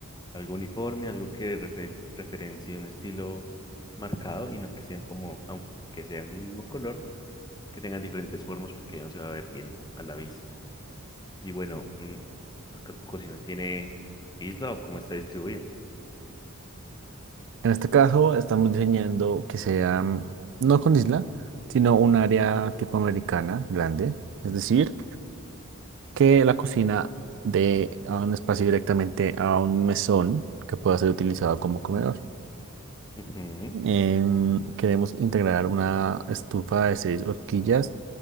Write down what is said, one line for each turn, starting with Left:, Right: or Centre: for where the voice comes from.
Left: Algo uniforme, algo que refe- referencie un estilo marcado y no que sean como, aunque sean del mismo color, que tengan diferentes formas porque no se va a ver bien a la vista. Y bueno, mm, ¿tu cocina tiene isla o cómo está distribuida?
Right: En este caso, estamos diseñando que sea mm, no con isla, sino un área tipo americana grande. Es decir, que la cocina de a un espacio directamente a un mesón que pueda ser utilizado como comedor.
Left: Ujú,
Right: Em, queremos integrar una estufa de seis horquillas